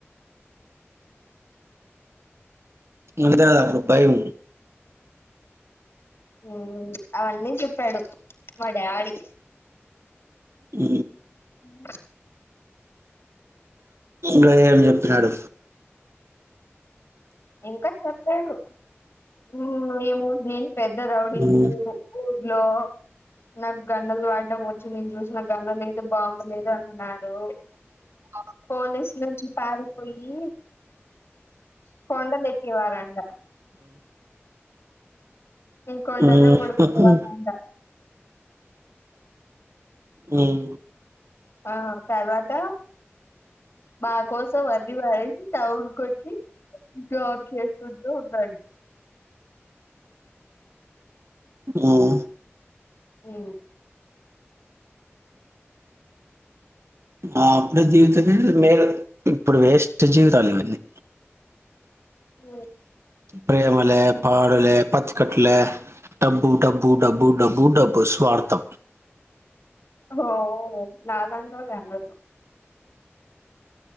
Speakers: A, on the right; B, on the left.
A: అదా భయం
B: హ్మ్ అవన్నీ చెప్పాడు మా డాడీ
A: ఉ
B: అ
A: గాదె ఆడు చెప్పినాడు
B: ఇంకా చెప్పాడు హమ్ మేము నేను పెద్ద రౌడినీ
A: మ్మ్
B: అని ఊర్లో నాకు గన్నలు వాడడం వచ్చు నేను చూసిన నా గన్న లేదు బాంబు లేదు అన్నాడు
A: అ
B: పోలీస్ నుంచి పారిపోయి కొండలేకెవారు అంట ఇ
A: మ్మ్
B: కొండంలో పడుకునే
A: మ్మ్
B: వాళ్లంతా
A: హమ్
B: ఆ తర్వాత మా కోసం అన్ని మానేసి టౌన్కు వచ్చి జాబ్ చేస్తుంటూ ఉనాడు
A: హ్మ్
B: ఉ
A: ఆ అప్పుడే జీవితమే వేరు ఇప్పుడు వేస్ట్ జీవితాలు ఇవన్నీ
B: ఉ
A: ప్రేమలే పాడలే పంచుకుటలే డబ్బు డబ్బు డబ్బు డబ్బు డబ్బు స్వార్థం
B: హా అవును నా లాంటివలకి అందదు గా